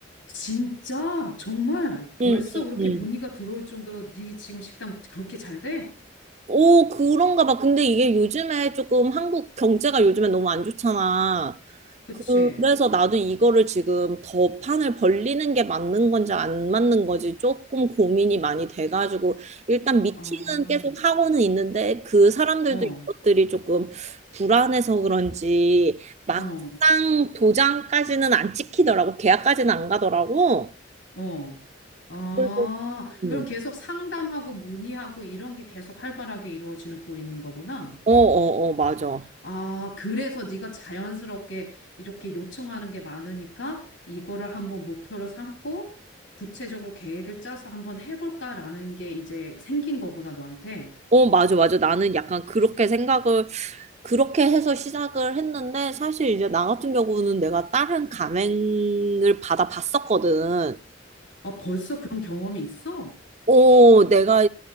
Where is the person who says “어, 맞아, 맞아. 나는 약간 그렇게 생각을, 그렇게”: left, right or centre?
Right